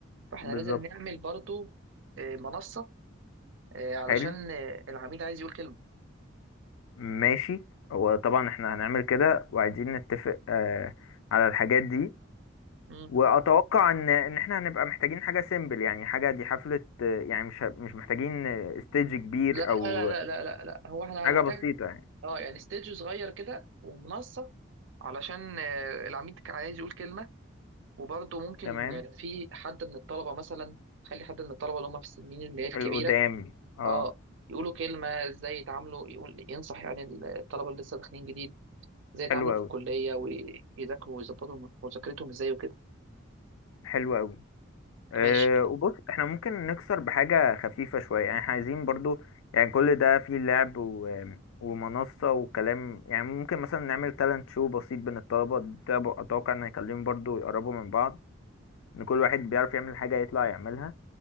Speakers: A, on the right (about 70°); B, on the left (about 80°).
A: فاحنا
B: بالظبط
A: لازم نعمل برضو آه، منصه آه، علشان
B: حلو
A: آه، العميل عايز يقول كلمة
B: ماشي هو طبعا احنا هنعمل كده وعايزين نتفق آه على الحاجات دي
A: مم.
B: واتوقع ان ان احنا هنبقى محتاجين حاجه سيمبل يعني حاجه دي حفله آه، يعني مش ه- مش محتاجين ستيج كبير
A: لا لا
B: او
A: لا لا لا لا لا. هو احنا
B: حاجه
A: هنحتاج
B: بسيطه يعني
A: اه يعني ستيدج صغير كده ومنصة علشان آه، العميل كان عايز يقول كلمة وبرضه ممكن
B: تمام
A: آه، في حد من الطلبة مثلا خلي حد من الطلبة اللي هم في السنين اللي هي الكبيرة
B: القدام اه
A: اه يقولوا كلمة ازاي يتعاملوا يقول ينصح يعني الطلبة اللي لسه داخلين جديد ازاي يتعاملوا
B: حلو قوي
A: في الكلية ويذاكروا ويظبطوا مذاكرتهم ازاي وكده
B: حلو قوي أه
A: ماشي
B: وبص احنا ممكن نكسر بحاجة خفيفة شوية يعني احنا عايزين برضو يعني كل ده فيه لعب و... ومنصة وكلام يعني ممكن مثلا نعمل تالنت شو بسيط بين الطلبة ده ب- أتوقع إن هيخليهم برضو يقربوا من بعض إن كل واحد بيعرف يعمل حاجة يطلع يعملها